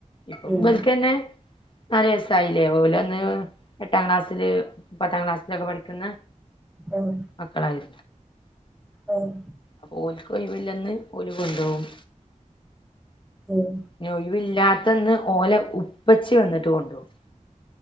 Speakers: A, on the left (about 40°); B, in the centre.
A: ഇപ്പം
B: ഉം
A: വലിക്കന്നെ അറയസായിലേ പോല അന്ന് എട്ടാം ക്ലാസ്സില് പത്താം ക്ലാസ്സിലൊക്കെ പഠിക്കുന്ന
B: ആഹ്
A: മക്കളായി
B: ആഹ്
A: അപ്പോൾ ഓല്ക്ക് കഴിവില്ലെന്ന് ഓല് കൊണ്ടുപോകും
B: ഉം
A: പിന്നെഒഴിവില്ലാത്തന്ന് ഓല ഉപ്പച്ചി വന്നിട്ട് കൊണ്ട് പോകും